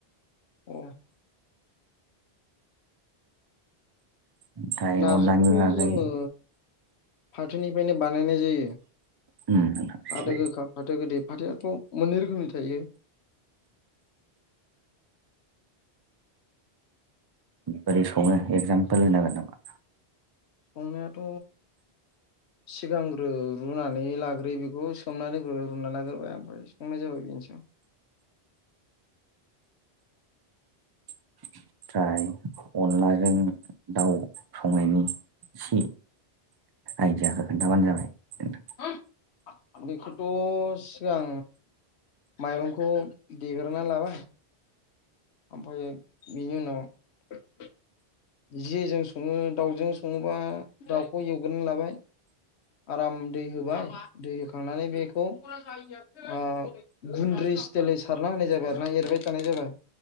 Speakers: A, on the left; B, on the right.
A: अ
B: ओमफ्राय
A: नार्जिखौथ'
B: अनलानि बागै
A: जोङो फाथोनिफ्रायनो बानायनाय जायो।
B: उम।
A: फाथो गोखा फाथो गोदै फाथोआथ' मोननै रोखोमनि थायो।
B: बोरै सङो एगजामपोल होनो हागोन नामा?
A: संनायाथ' सिगांग्रो रुनानै लाग्रोयो बेखौ सोमनानै ओ रुना लाग्रोबबाय ओमफ्राय संनाय जाबाय बेनोसै।
B: ओमफ्राय अनलाजों दाउ संनायनि इसे आइदियाखौ खोन्थाबानो जाबाय।
A: <inaudible>
B: नोंथां
A: बेखौथ' सिगां माइरंखौ देगोरनानै लाबाय। ओमफाय बिनि उनाव जेजों सङो दाउजों सङोबा दाउखौ एवगोरना लाबाय। आराम दै होबाय दै होखांनानै बेखौ <inaudible> ओ गुन्द्रि स्टेलै सारना होनाय जाबाय आरो ना एरबाय थानाय जाबाय।